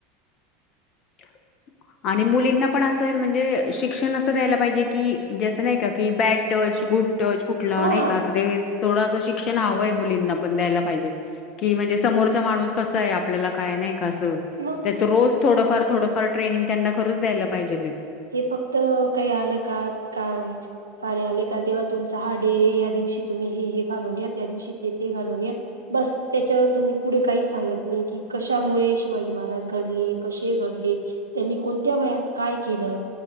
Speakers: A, on the left; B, on the right.
A: <inaudible> आणि मुलींना पण असं म्हणजे शिक्षण असं द्यायला पाहिजे की ज असं नाही का की बॅड टच गुड टच कुठला
B: हा
A: नाही का असं ते थोडंसं शिक्षण हवंय मुलींना पण द्यायला पाहिजे की, म्हणजे समोरचा माणूस कसा आहे आपल्याला काय नाही कसं
B: मग
A: त्याचं रोज थोडंफार थोडंफार ट्रेनिंग त्यांना खरंच द्यायला पाहिजे.
B: हे फक्त काही आलं का? का कार्या आले का तेव्हा तुमचा हा डे या, दिवशी तुम्ही हे हे घालून या त्या दिवशी ते घालून या बस, त्याच्यावर तुम्ही पुढे काहीच सांगत नाही की, कशामुळे शिवाजी महाराजड घडले कशे घडले त्यांनी कोणत्या वयात काय केलं?